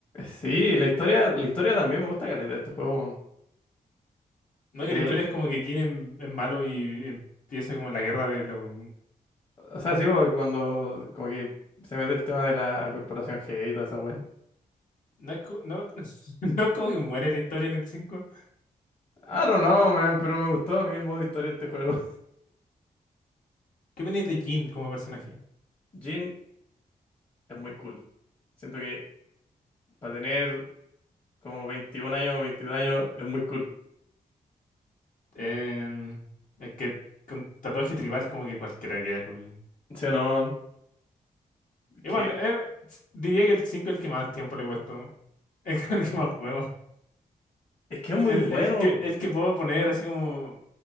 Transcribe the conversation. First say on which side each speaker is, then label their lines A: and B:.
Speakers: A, on the left; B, on the left.
A: Sí, la historia, la historia también me gusta caleta de este juego,
B: No,
A: weón.
B: que la historia es como que Jin em- es, malo y empieza como la guerra de los...
A: O sea, sí, porque cuando como que se mete el tema de la corporación G y toda esa wea.
B: No es, co- no, <laughs> no es como que muere la historia en el cinco
A: I don't know, man, pero me gustó a mí el modo historia de este juego.
B: ¿Qué opinas de Jin como personaje?
A: <laughs> Jin es muy cool. Siento que para tener como 21 años, 22 años, es muy cool.
B: Em, es que con tatuaje tribal como que cualquiera queda cool.
A: ¿Sí o no, man?
B: Igual,
A: Que,
B: eh, s- diría que el 5 es el que más tiempo le he puesto. <laughs> Es con el que más juego.
A: es que es muy
B: El,
A: bueno.
B: el que, el que puedo poner así como